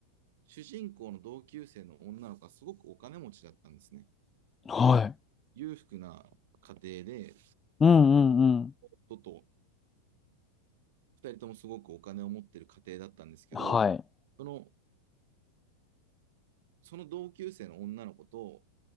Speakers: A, on the right (about 55°); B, on the left (about 15°).
A: 主人公の同級生の女の子はすごくお金持ちだったんですね。
B: はい。
A: で、裕福な家庭で、
B: うんうんうん。
A: 弟と二人ともすごくお金を持ってる家庭だったんですけど、
B: はい。
A: その、その同級生の女の子と、